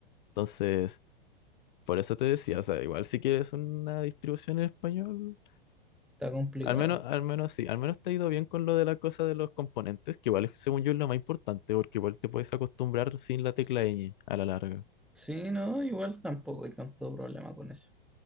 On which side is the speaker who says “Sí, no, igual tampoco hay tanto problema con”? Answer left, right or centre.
Centre